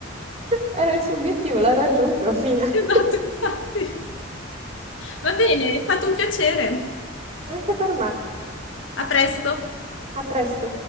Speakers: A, on the right; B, on the left.
A: Era il suo obiettivo, l'ha raggiunto, fine. <laughs>
B: Esatto, infatti. Va bene, è stato un piacere.
A: Anche per me.
B: A presto.
A: A presto.